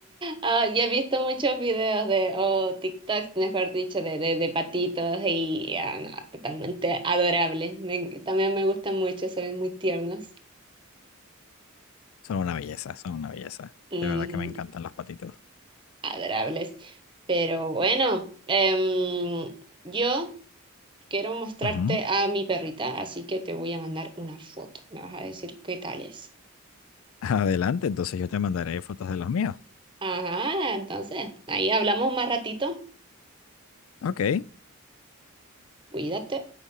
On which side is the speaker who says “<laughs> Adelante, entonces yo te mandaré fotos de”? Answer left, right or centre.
Left